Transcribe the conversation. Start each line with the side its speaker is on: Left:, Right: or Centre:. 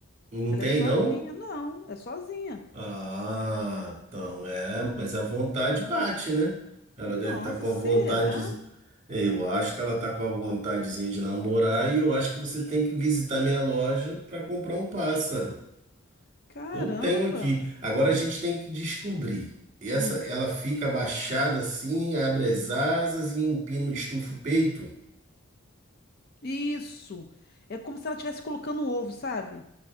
Right: não
Left: Ela
Right: tem
Left: é sozinha.
Right: não?
Left: Não, é sozinha.
Right: Ah, então é, mas a vontade bate, né? Ela
Left: Nossa,
Right: deve estar com
Left: será?
Right: a vontade. É, Eu acho que ela tá com a vontadezinha de namorar e eu acho que você tem que visitar minha loja para comprar um pássaro.
Left: Caramba.
Right: Eu tenho aqui. Agora a gente tem que descobrir. Essa,
Left: Hum,
Right: ela fica abaixada assim, abre as asas e empina, estufa o peito.
Left: isso. É como se ela estivesse colocando um ovo, sabe?